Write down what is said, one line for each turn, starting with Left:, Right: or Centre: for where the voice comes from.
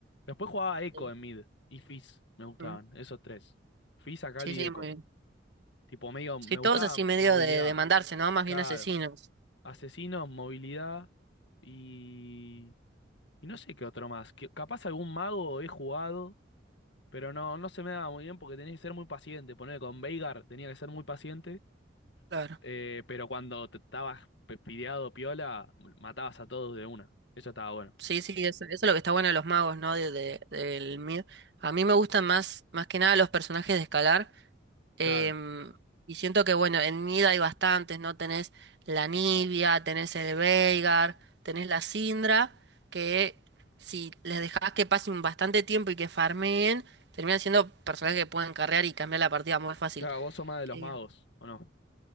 Left: Después jugaba Echo
Right: Sí,
Left: en mid y Fizz, me gustaban,
Right: Mm.
Left: esos tres. Fizz, Akali
Right: sí, sí,
Left: y Echo.
Right: muy bien.
Left: Tipo, medio, me
Right: Sí, todos
Left: gustaba
Right: así medio
Left: movilidad,
Right: de, de mandarse, ¿no? Más
Left: claro.
Right: bien asesinos.
Left: Asesinos, movilidad y... Y no sé qué otro más. Que, capaz algún mago he jugado, pero no, no se me daba muy bien porque tenés que ser muy paciente. Poner con Veigar tenía que ser muy paciente
Right: Claro.
Left: Eh, pero cuando te estabas pespideado piola, matabas a todos de una. Eso estaba bueno.
Right: Sí, sí, eso, eso es lo que está bueno de los magos, ¿no? De, de- del mid. A mí me gustan más, más que nada los personajes de escalar. Em,
Left: Claro.
Right: y siento que, bueno, en Nida hay bastantes, ¿no? Tenés la Nibia, tenés el Veigar, tenés la Syndra, que si les dejás que pasen bastante tiempo y que farmeen, terminan siendo personajes que pueden carrear y cambiar la partida muy fácil.
Left: Claro, vos sos más de los
Right: Em,
Left: magos, ¿o no?